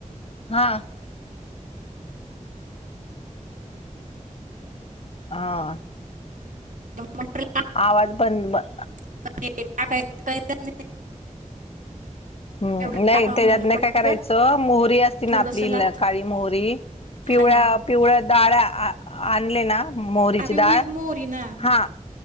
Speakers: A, on the left; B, on the right.
A: हा हा
B: मोट
A: आवाज बंद ब
B: <unintelligible>
A: हम्म
B: एवढं
A: नाही
B: टाकावं
A: त्याच्यात
B: म्हणलं
A: नाही
B: पटकन
A: काय करायचं मोहरी असती ना
B: थोडस
A: आपली
B: लागतं
A: काळी मोहरी
B: हा
A: पिवळ्या
B: ना
A: पिवळ्या डाळ आणले ना मोरीची
B: हा पिवळीच
A: डाळ
B: मोहरी ना
A: हा